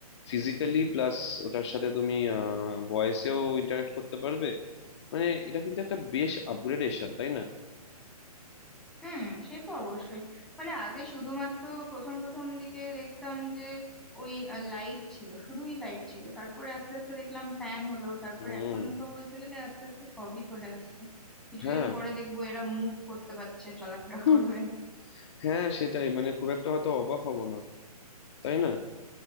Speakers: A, on the left; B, in the centre.
A: ফিজিক্যালি প্লাস ওটার সাথে তুমি ভয়েসেও ইন্টারাক্ট করতে পারবে মানে এটা কিন্তু একটা বেশ আপগ্রেডেশন তাই না
B: হুম সে তো অবশ্যই মানে আগে শুধুমাত্র প্রথম প্রথম দিকে দেখতাম যে ওই লাইট ছিল শুধুই লাইট ছিল তারপরে আস্তে আস্তে দেখলাম ফ্যান হলো তারপরে
A: হুম
B: এখন তো বলতে গেলে আস্তে আস্তে সবই চলে আসছে কিছুদিন
A: হ্যাঁ
B: পরে দেখবো এরা মুভ করতে পারছে চলাফেরা
A: হুম,
B: করবে
A: হ্যাঁ সেটাই মানে খুব একটা হয়তো অবাক হব না তাই না